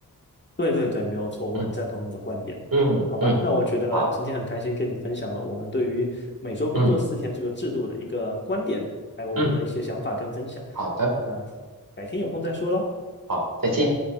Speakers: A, on the left; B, on the right.
A: 对对对，没有错，我很赞同你的观点。
B: 嗯嗯嗯，
A: 好吧，那我觉得今天很开心跟你分享了我们对于每周工作四天这个制度的一个观点，
B: 好，嗯
A: 还有我们的一些想法跟分享。
B: 嗯，好的，
A: 那改天有空再说喽。
B: 好，再见。